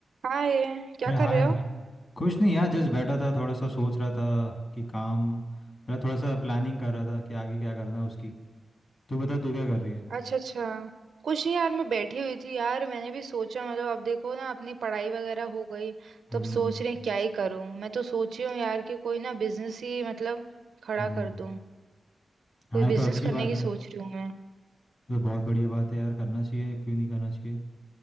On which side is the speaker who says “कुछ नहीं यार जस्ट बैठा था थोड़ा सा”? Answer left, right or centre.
Left